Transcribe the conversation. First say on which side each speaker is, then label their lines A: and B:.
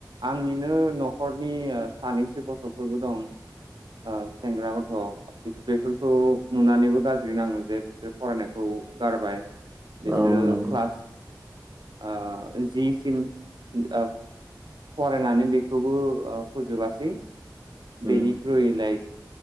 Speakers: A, on the right (about 80°); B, on the right (about 45°).
A: आंनिनो नखरनि ओ सानैसो गथफोरबो दं ओ सेंग्रा गथ बेफोरखौ नुनानैबो गाज्रि नाङो जे बिसोरो फरायनायखौ गारबाय बेस
B: औ
A: ओ
B: नंगौ
A: क्लास ओ जि सिम उम ओ फरायनानै बेखौबो ओ फोजोबासै
B: उम
A: बेनिख्रुय लाइक